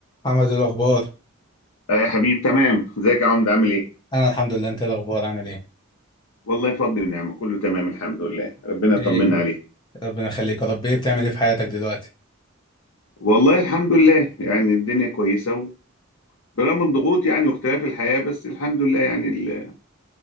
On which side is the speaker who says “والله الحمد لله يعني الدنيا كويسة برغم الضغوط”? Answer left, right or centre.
Left